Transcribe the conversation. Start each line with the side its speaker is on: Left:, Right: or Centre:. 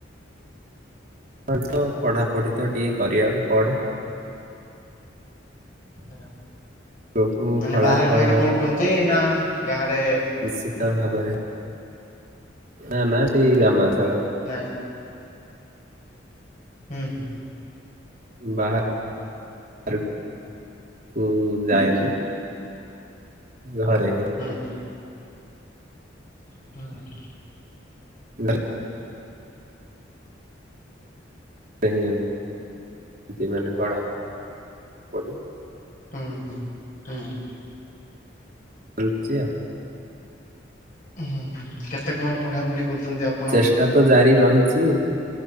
Right: ହ ତ ପଢ଼ାପଢ଼ି ତ ଟିକେ କରିବାକୁ ପଡ଼େ,
Left: ଏଁ
Right: ଆଗକୁ
Left: ମାନେ
Right: ଫଳାଫଳ
Left: ବାହାରେ ରହିକି ପଡ଼ୁଛନ୍ତି ନା ଗାଁରେ?
Right: ନିଶ୍ଚିତ ଭାବରେ ନା-ନା ତି ଗ୍ରାମା ଅନଚଳରେ,
Left: ନାଇଫ୍, ହୁଁ-ହୁଁ,
Right: ବାହା‌ <unintelligible> କୁ ଯାଇନି, ଘରେ ହିଁ,
Left: ହୁଁ-ହୁଁ, ହଁ,
Right: ଘରେ, ସେ <unintelligible> ଏମିତି ମାନେ ବଢ଼ା ପଡ଼ି,
Left: ହୁଁ-ହୁଁ-ହୁଁ,
Right: କଲଛିଆ,
Left: ହୁଁ-ହୁଁ-ହୁଁ କେତେ କଣ ପଢ଼ା ପଢ଼ି କରୁଛନ୍ତି ଆପ୍
Right: ଚେଷ୍ଟା ତ ଜାରି ରହିଛି